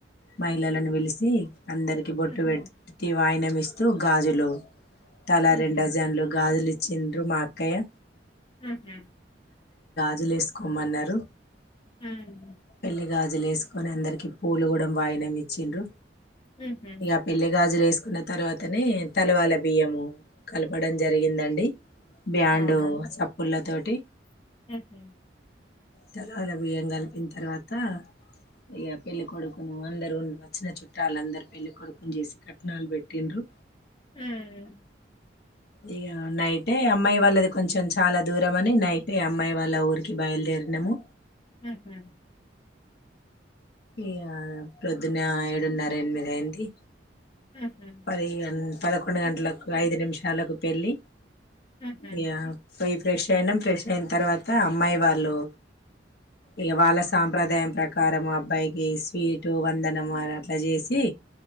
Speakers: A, on the left; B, on the left.
A: మహిళలను పిలిసి అందరికి బొట్టు
B: ఉహు
A: పెట్టి వాయినం ఇస్త తో గాజులు తల
B: ఉహు
A: రెండజన్లు గాజులి చిండ్రు మా అక్కయ్య
B: ఉహూ
A: జులు ఏసుకోమన్నరు
B: ఉమ్
A: పెళ్లి గాజులు వేసుకొని అందరికి పూలు కూడా వాయినం ఇచ్చిండ్రు
B: ఉహు
A: ఇగ పెళ్లి గాజులు వేసుకున్న తర్వాతనే తలవాల బియ్యము కలపడం జరిగిందండి బ్యాండు
B: అవునండి
A: చప్పుల్లతో టి
B: ఉహు
A: తలవాల బియ్యం కలిపిన తర్వాత ఇక పెళ్ళి కొడుకును అందరు ఉండు వచ్చిన చుట్టాలందరు పెళ్లి కొడుకుని చూసి కట్నాలు పెట్టిండ్రు
B: ఉమ్
A: ఇగ నైటే అమ్మాయి వాళ్ళది కొంచెం చాలా దూరం అని నైటే అమ్మాయి వాళ్ళ ఊరికి బయలుదేరినము
B: ఉహు
A: ఇగా పొద్దున ఏడున్నర ఎనిమిదయింది
B: ఉహు
A: పది గం పదకొండు గంటలకు ఐదు నిమిషాలకు పెళ్ళి
B: ఉహు
A: ఇగ ఫ్రెష్ అయినం ఫ్రెష్ అయిన తర్వాత అమ్మాయి వాళ్ళు ఇక వాళ్ళ సాంప్రదాయం ప్రకారం అబ్బాయికి స్వీటు వందనం అట్ల చేసి